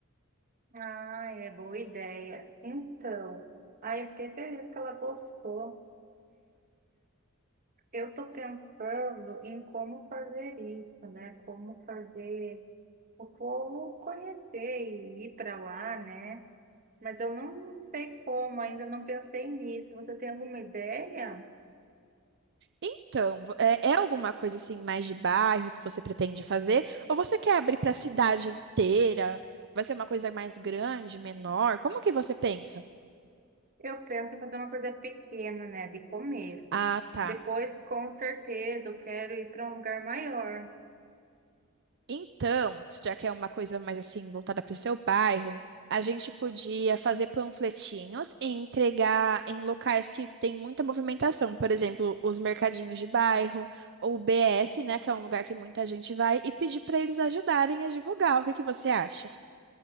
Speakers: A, on the right; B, on the right.
A: Ah, é boa ideia. Então, aí eu fiquei feliz que ela gostou. Eu estou pensando em como fazer isso, né? Como fazer o povo conhecer e ir para lá, né? Mas eu não sei como, ainda não pensei nisso. Você tem alguma ideia?
B: Então, vo- é, é alguma coisa assim mais de bairro que você pretende fazer? Ou você quer abrir para a cidade inteira? Vai ser uma coisa mais grande, menor? Como que você pensa?
A: Eu penso em fazer uma coisa pequena, né? De começo.
B: Ah, tá.
A: Depois, com certeza, eu quero ir para um lugar maior.
B: Então, já que é uma coisa mais assim voltada para o seu bairro, a gente podia fazer panfletinhos e entregar em locais que tem muita movimentação, por exemplo, os mercadinhos de bairro ou o BS, né, que é um lugar que muita gente vai, e pedir para eles ajudarem a divulgar. O que que você acha?